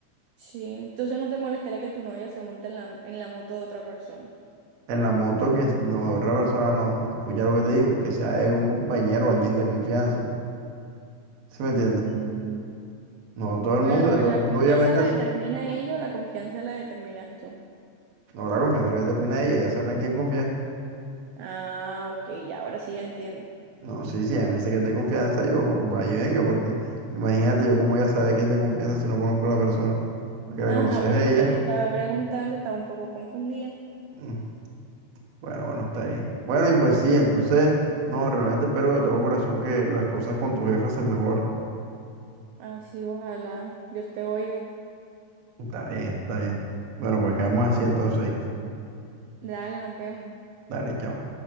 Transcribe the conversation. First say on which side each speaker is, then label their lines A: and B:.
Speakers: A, on the right; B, on the right.
A: Sí, entonces no te molestaría que tu novia se monte en la, en la moto de otra persona.
B: En la moto que es- no, otra persona no, escucha lo que te digo, que sea de un compañero o alguien de confianza. ¿Sí me entiendes?
A: Mm,
B: No todo el
A: Pero
B: mundo, de todo
A: la
B: el mundo
A: confianza
B: obviamente
A: la determina
B: sí.
A: ella o la confianza la determinas tú.
B: No, la confianza la determina ella, ella sabrá en quién confía.
A: Ah, ok, ya, ahora sí ya entiendo.
B: No, sí, sí, a mí dice que es de confianza, yo vaya y venga, porque imagínate yo cómo ella sabe que es de confianza si no conozco a la persona. La que la
A: Ajá,
B: conoces
A: por
B: es ella.
A: eso es que te estaba preguntando, estaba un poco confundida.
B: Mm, Bueno, bueno, está bien. Bueno, y pues sí, entonces, no, realmente espero de todo corazón que las cosas con tu jefa se mejoren.
A: Así, ojalá Dios te oiga.
B: Está bien, está bien. Bueno, pues quedamos así entonces, ¿viste?
A: Dale, nos vemos.
B: Dale, chao.